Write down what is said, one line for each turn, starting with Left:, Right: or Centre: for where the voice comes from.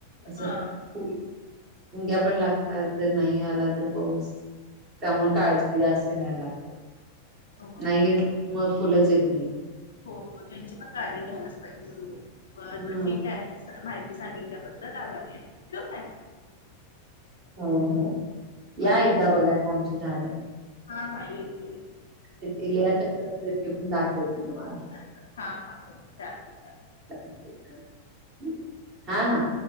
Right: असं
Left: हा.
Right: मुंग्या पण लागतात. जर नाही आला तर पाऊस. त्यामुळं काळजी आसां घ्यायला लागतं.
Left: हम्म.
Right: नाही घेतलं की, म फुलंच येत नाहीत.
Left: हो, हो त्यांची पण काळजी घ्यायलाच पाहिजे. <unintelligible> बरं
Right: हा
Left: बर ठीक <unintelligible> माहिती सांगितल्याबद्दल आभारी आहे. ठेऊ काय?
Right: हो, हो, या
Left: हा
Right: एकदा बघायला. आमची झाड.
Left: हा, हा. येईल.
Right: डेलिया कसं असतय, ते पण दाखवते तुम्हाला.
Left: हा, हा. चालेल, चालेल.
Right: चालतंय, चालतंय. ठेऊ का? हा, हा.